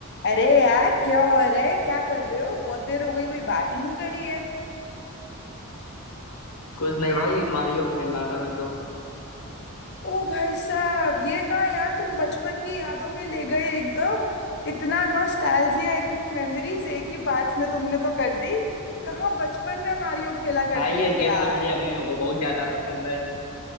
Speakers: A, on the left; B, on the left.
A: अरे यार क्या हो रहा है क्या कर रहे हो बहुत देर हो गई कोई बात ही नहीं करी है
B: कुछ नहीं भाई मारियो खेल रहा था मैं तो
A: ओ भाई साहब ये कहाँ यार तुम बचपन की यादों में ले गए एकदम इतना नॉस्टैल्जिया इतनी मेमोरीज एक ही बात में तुमने तो कर दी कहाँ बचपन में मारियो खेला करते
B: हाँ ये
A: थे
B: गेम
A: यार
B: तो मुझे अभी भी बहुत ज्यादा पसंद है